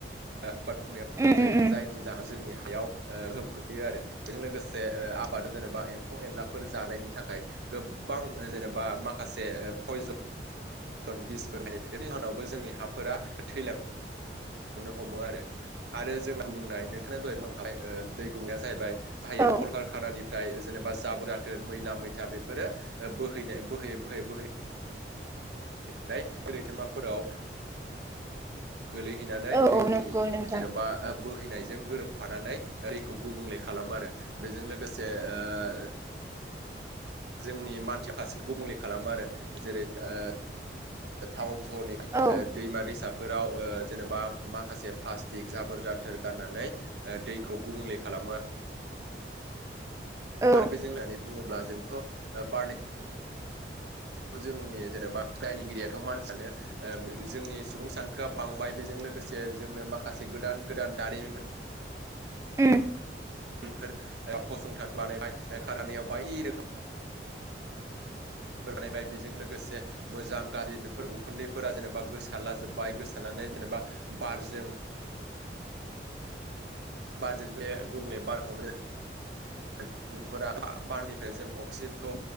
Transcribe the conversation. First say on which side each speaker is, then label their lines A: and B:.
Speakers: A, on the right (about 75°); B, on the right (about 15°).
A: <unintelligible>
B: उम
A: जायो
B: उम उम
A: जायनि जाहोन जोंनि याव ओ गोहोम खोख्लैयो आरो‌ बेजों लोगोसे आबादाव जेनेबा एम्फौ एनलाफोर जानायनि थाखाय गोबां जेनेबा माखासे पयजन बिसफोर <unintelligible> जोंनि हाफोरा थैलाङो। थांनो हमो आरो आरो दै गुबुंनाय नोंथांङा दहाय बुंलांखाय दै गुंनाया जाहैबाय बाहायो
B: औ
A: कल कारखानानिफ्राय जेनेबा जाबोर आथोर मैला मैथा बेफोरो बोहैनाय बोहै बोहैनो नाथाय रैथोमाफोराव गोलैहैनानै
B: औ
A: दैनि
B: औ नंगौ नोंथां
A: जेनेबा आ बोहैनायजों गोरोब फानानै ओरैखौ गुबुंले खालामो आरो बेजों लोगोसे ओ जोंनि मानसियाव खासे गुबुंले खालामो आरो जेरै ओ थाउन सहरनि ओ
B: औ
A: दैमा दैसा फोराव ओ जेनेबा माखासे प्लास्टिक जाबोर जाथोर गारनानै दैखौ गुबुंले खालाम <inaudible>
B: औ
A: आरो बेजों होननानै बुङोब्ला जोंथ' बारनि जोंनि जेनेबा दायनिगिरियाथ' मानसियानो जोंनि सुबुं सानखोआ बांबाय बेजों लोगोसे जोंनो माखासे गोदान गोदान दारिमिन
B: उम
A: बेफोर ओ फसंथान बानायबाय खारानिाव बाय रोखोम
B: <inaudible>
A: बानायबाय बेजों लोगोसे मोजां गाज्रि बेफोर उखुन्दैफोरा जेनेबा गोसारला जोबबाय गोसारनानै जेनेबा बारजों बारजों बे गुबुंलै बारखौनो सुबुं सुबुंफोरा बारनिफ्राय जों अक्सिजेनखौ